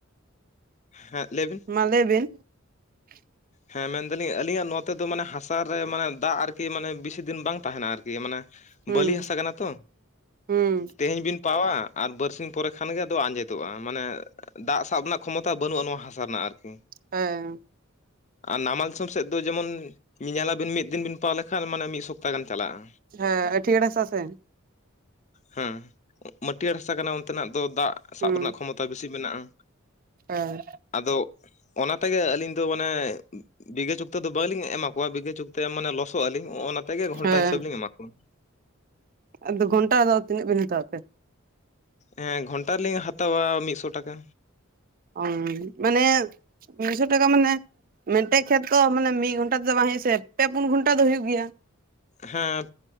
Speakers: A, on the left; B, on the right.
A: ᱦᱮᱸ ᱞᱟᱹᱭ ᱵᱤᱱ
B: ᱢᱟ ᱞᱟᱹᱭ ᱵᱤᱱ <inaudible>
A: ᱦᱮᱸ ᱢᱮᱱ ᱫᱟ. ᱞᱤᱧ ᱟᱹᱞᱤᱧᱟᱜ ᱱᱚᱛᱮ ᱫᱚ ᱢᱟᱱᱮ ᱦᱟᱥᱟᱨᱮ ᱢᱟᱱᱮ ᱫᱟᱜ ᱟᱨᱠᱤ ᱢᱟᱱᱮ ᱵᱮᱥᱤ ᱫᱤᱱ ᱵᱟᱝ ᱛᱟᱦᱮᱱᱟ ᱟᱨᱠᱤ ᱢᱟᱱᱮ
B: ᱦᱩᱸ
A: ᱵᱟᱹᱞᱤ ᱦᱟᱥᱟ ᱠᱟᱱᱟ ᱛᱚ
B: ᱦᱩᱸ
A: ᱛᱮᱦᱮᱧ ᱵᱤᱱ ᱯᱟᱣᱟ ᱟᱨ ᱵᱟ. ᱨᱥᱤᱧ ᱯᱚᱨᱮ ᱠᱷᱟᱱᱜᱮ ᱟᱫᱚ ᱟᱸᱡᱮᱫ ᱫᱚᱜᱼᱟ ᱢᱟᱱᱮ ᱫᱟᱜ ᱥᱟᱵ ᱨᱮᱱᱟᱜ ᱠᱷᱚᱢᱚᱛᱟ ᱵᱟᱹᱱᱩᱜ-ᱟ ᱱᱚᱶᱟ ᱦᱟᱥᱟ ᱨᱮᱱᱟᱜ ᱟᱨᱠᱤ
B: ᱦᱮᱸ
A: ᱟᱨ ᱱᱟᱢᱟᱞ ᱥᱤᱥᱚᱢ ᱥᱮᱫ ᱫᱚ ᱡᱮᱢᱚᱱ ᱧᱮᱧᱮᱞᱟᱵᱤᱱ ᱢᱤᱫ ᱫᱤᱱ ᱵᱤᱱ ᱯᱟᱣ ᱞᱮᱠᱷᱟᱱ ᱢᱟᱱᱮ ᱢᱤᱫ ᱥᱚᱯᱛᱟᱦ ᱜᱟᱱ ᱪᱟᱞᱟᱜ-ᱟ
B: ᱦᱮᱸ ᱟᱹᱴᱷᱤᱭᱟ. ᱲ ᱦᱟᱥᱟ ᱥᱮ
A: ᱦᱮᱸ ᱢᱟᱹᱴᱤᱭᱟᱹᱨ ᱦᱟᱥᱟ ᱠᱟᱱᱟ ᱚᱱᱛᱮᱱᱟᱜ ᱫᱚ ᱫᱟᱜ ᱥᱟᱵ
B: ᱦᱩᱸ
A: ᱨᱮᱱᱟᱜ ᱠᱷᱚᱢᱚᱛᱟ ᱵᱮᱥᱤ ᱢᱮᱱᱟᱜ-ᱟ
B: ᱦᱮᱸ
A: ᱟᱫᱚ ᱚᱱᱟ ᱛᱮᱜᱮ ᱟᱹᱞᱤᱧ ᱫᱚ ᱢᱟᱱᱮ ᱵᱤᱜᱷᱟ ᱪᱩᱠᱛᱚ ᱫᱚ ᱵᱟᱝᱞᱤᱧ ᱮᱢᱟ ᱠᱚᱣᱟ ᱵᱤᱜᱷᱟ ᱪᱩᱠᱛᱚ ᱮᱢ ᱢᱟᱱᱮ ᱞᱚᱥᱚᱜ ᱟᱹᱞᱤᱧ ᱚᱱᱟ ᱛᱮᱜᱮ ᱜᱷᱚᱱᱴᱟ
B: ᱦᱮᱸ
A: ᱦᱤᱥᱟᱹᱵ ᱞᱤᱧ ᱮᱢᱟ ᱠᱚᱣᱟ᱾
B: ᱟᱫᱚ ᱜᱷᱚᱱᱴᱟ ᱫᱚ ᱛᱤᱱᱟᱹᱜ ᱵᱮᱱ ᱦᱟᱛᱟᱣ ᱛᱮ?
A: ᱦᱮᱸ ᱜᱷᱚᱱᱴᱟ ᱨᱮᱞᱤᱧ ᱦᱟᱛᱟᱣᱟ ᱢᱤᱫ ᱥᱚ ᱴᱟᱠᱟ᱾
B: ᱚᱝ ᱢᱟᱱᱮ ᱢᱤᱫ ᱥᱚ ᱴᱟᱠᱟ ᱢᱟᱱᱮ ᱢᱤᱫᱴᱮᱡ ᱠᱷᱮᱛ ᱠᱚ ᱢᱟᱱᱮ ᱢᱤᱫ ᱜᱷᱚᱱᱴᱟ ᱛᱮᱫᱚ ᱵᱟᱝ ᱦᱩᱭᱩᱜ-ᱟ ᱥᱮ ᱯᱮ ᱯᱩᱱ ᱜᱷᱚᱱᱴᱟ ᱫᱚ ᱦᱩᱭᱩᱜ ᱜᱮᱭᱟ᱾
A: ᱦᱮᱸ